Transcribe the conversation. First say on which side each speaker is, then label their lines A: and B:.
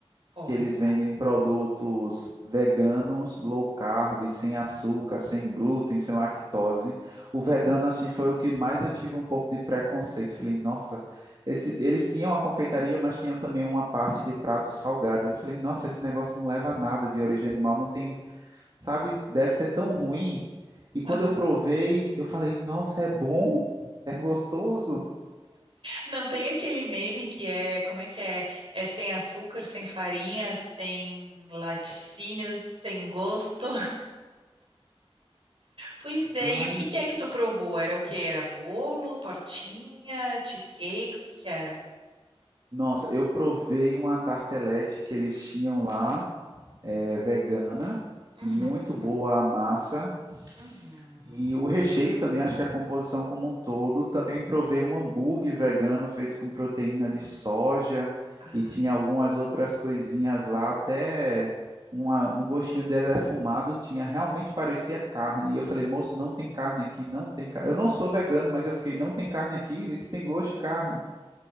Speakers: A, on the right; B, on the right.
A: olha.
B: que eles vendem produtos veganos, low carb, sem açúcar, sem glúten, sem lactose. O vegano,
A: Uhum.
B: assim, foi o que mais eu tive um pouco de preconceito. Falei, nossa, esse- eles tinham a confeitaria, mas tinham também uma parte de pratos salgados. Eu falei, nossa, esse negócio não leva a nada de origem animal, não tem, sabe, deve ser tão ruim. E quando
A: Aham.
B: eu provei, eu falei, nossa, é bom, é gostoso,
A: Não tem aquele meme que é, como é que é? É sem açúcar, sem farinha, sem laticínios, sem gosto. Pois é,
B: mas...
A: e o que que é que tu provou? Era o que? Era bolo, tortinha, cheesecake? O que que era?
B: Nossa, eu provei uma tartelete que eles tinham lá, é, vegana,
A: Uhum,
B: muito boa a massa.
A: uhum.
B: E o recheio também, acho que a composição como um todo, também provei um hambúrguer vegano feito com proteína de soja
A: Ai,
B: e tinha algumas outras coisinhas lá, até uma- um gostinho de defumado tinha, realmente parecia carne. E eu falei, moço, não tem carne aqui, não tem carne. Eu não sou vegano, mas eu fiquei, não tem carne aqui, esse tem gosto de carne